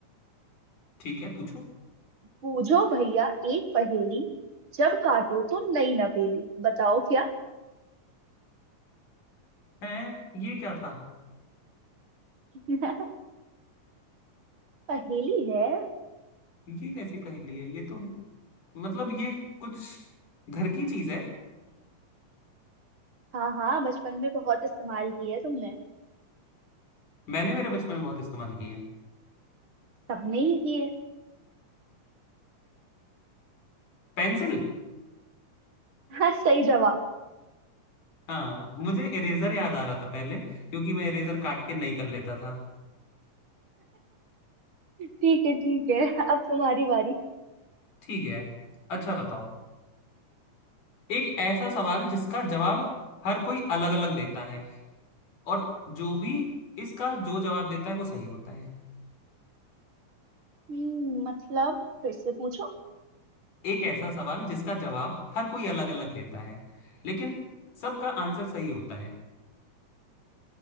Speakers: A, on the left; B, on the right.
A: ठीक है पूछो
B: पूछो भैया एक पहेली जब काटो तो नई नवेली बताओ क्या
A: है ये क्या था
B: <laughs> पहेली है
A: ये कैसी पहेली है ये तो मतलब ये कुछ घर की चीज है
B: हाँ हाँ बचपन में बहुत इस्तेमाल किए है तुमने
A: मैंने मेरे बचपन में बहुत इस्तेमाल की है
B: सबने ही किए
A: पेंसिल
B: हाँ सही जवाब
A: हाँ मुझे इरेजर याद आ रहा था पहले क्योंकि मैं इरेजर काट के नहीं कर लेता था
B: ठीक है ठीक है अब तुम्हारी बारी
A: ठीक है अच्छा बताओ एक ऐसा सवाल जिसका जवाब हर कोई अलग अलग देता है और जो भी इसका जो जवाब देता है वो सही होता है
B: हम्म मतलब फिर से पूछो
A: एक ऐसा सवाल जिसका जवाब हर कोई अलग अलग देता है लेकिन सबका आंसर सही होता है